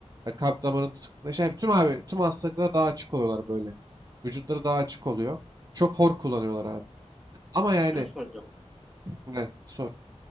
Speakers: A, on the right; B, in the centre.
A: ya kalp damarının tıkanıklığına şey tüm abi tüm hastalıklara daha açık oluyorlar böyle. Vücutları daha açık oluyor. Çok hor kullanıyorlar abi. Ama yani
B: Ama şunu soracağım.
A: ne sor.